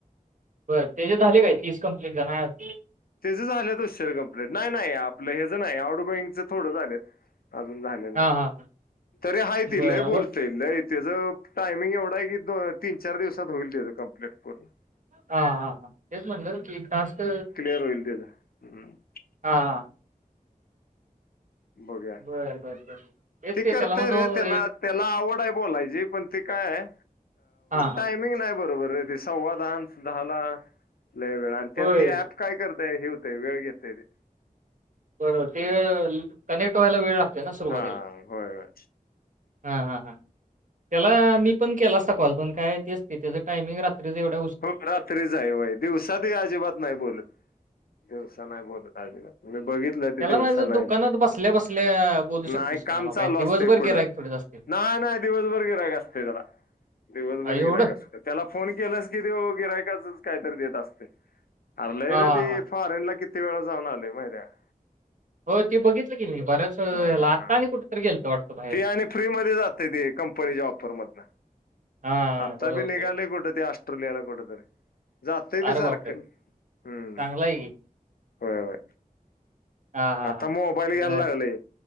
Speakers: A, on the right; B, on the left.
A: बरं त्याचे झाले काय तीस कमंप्लीट का नाही.
B: त्याच झालेत अश्चर कप्लेट नाही आपलं हेचं नाही आउट गोईंगचं थोडं झालेत. अजून झालेलं
A: हा हा
B: तरी हा तलय
A: बरं
B: बोलत.
A: व
B: ते नाही त्याचं टायमिंग एवढं आहे की दो तीन चार दिवसात होईल त्याचं कंप्लीट पूर्ण
A: हा हा हा तेच म्हणलं की खस्त.
B: लद हम्.
A: हांां.
B: बघूया
A: बरं बरं बर येत
B: ती
A: ते
B: करते
A: त्याला म्हण.
B: रे त्याला त्याला आवड आहे बोलायची पण ती काय
A: हा हा
B: टायमिंग नाही बरोबर आहे. सवादस दला ल वेळा अ.
A: होय
B: काय करतेय हिव तेय वळ असतय ते.
A: बरोबर ते
B: हम्म.
A: कनेक्ट व्हायला वेळ लागतय ना सुरुवातीला.
B: हा होय होय
A: हा हा हा त्याला मी पण केला असता कॉल पण काय ते त्याचं टामिंग रात्रीवढ
B: हो रात्रीच आहे बाई दिवसातही अजिबात नाही बोलत दिवसा नाही बोलत अजिबात. मी बघितलं ते
A: त्याला
B: दिवसान
A: माझं दुकानात बसल्या-बसल्या बोलू शकतोयस
B: नाही
A: की
B: काम
A: म्हणावं,
B: चालू
A: काय दिवसभर
B: असते पुढं
A: गिराईक थोडीच असतील.
B: नाही नाही दिवसभर गिराग असत त्याला दिवसभर
A: अ, एवढं?
B: गिराग असत त्याला फोन केलास की तेव गिरायकाचच कायतरी देत असते. हरलंय
A: हां.
B: रे ती फॉरेन ला किती वेळा जाऊन आले माहि त्या्या
A: हो, ते बघितलं की मी बऱ्याच ह्याला
B: हा
A: आता आणि कुठेतरी गेलतो वाटतं बाहेर.
B: ते आणि फ्री मध्ये जातय ते कंपनीच्या ऑपर मधन
A: हां,
B: आता
A: बरोबर,
B: बी निघालय
A: बरोबर.
B: कुठ ते ऑस्ट्रेलियाला कुठेतरी. जातय
A: अरे
B: ते सारखं
A: बापरे!
B: हम्म
A: चांगला आहे की.
B: होय होय
A: हां, हां,
B: आता
A: हां.
B: मोबाईल घ्यायला
A: बरं.
B: लागले.